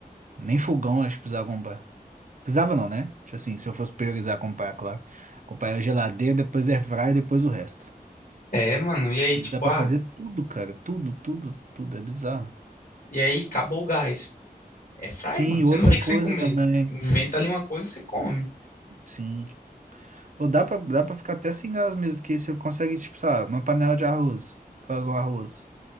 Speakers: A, on the right (about 50°); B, on the left (about 65°).
A: Nem fogão, acho que precisava comprar. Precisava não, né? Tipo assim, se eu fosse priorizar comprar, claro. Comprar a geladeira, depois air fryer, depois o resto.
B: É, mano. E aí,
A: E
B: tipo,
A: dá pra
B: ah,
A: fazer tudo, cara. Tudo, tudo, tudo. É bizarro.
B: e aí, acabou o gás. É fryer,
A: Sim,
B: mano. Você
A: outra
B: não fica
A: coisa
B: sem comer.
A: também.
B: Inventa ali uma coisa e você come.
A: Sim. Ou dá pra, dá pra ficar até sem gás mesmo, porque você consegue, tipo, sabe, uma panela de arroz. Faz um arroz.